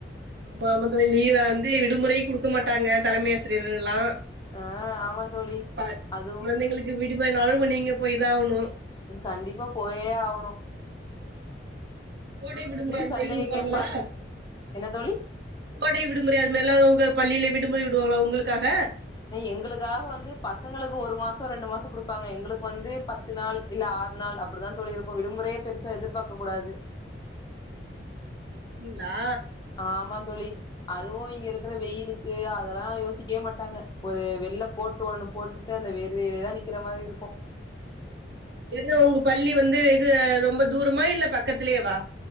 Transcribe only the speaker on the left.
ஆ ஆமா தோழி
அதுவு
கண்டிப்பா போயே ஆகணு
சந்தைய
கேப்பானுங் என்ன தோழி
எங்களுக்காக வந்து பசங்களுக்கு ஒரு மாசம் ரெண்டு மாசம் கொடுப்பாங்க எங்களுக்கு வந்து பத்து நாள் இல்ல ஆறு நாள் அப்படிதா தோழி இருக்கும் விடுமுறையே பெருசா எதிர்பார்க்க கூடாது
ஆமா தோழி அதுவு இங்க இருக்கிற வெயிலுக்கு அதெல்லா யோசிக்கவே மாட்டாங்க ஒரு வெள்ள கோட்டு ஒண்ணு போட்டுட்டு அந்த வேர்வையிலேயே நிக்கற மாரி இருக்கும்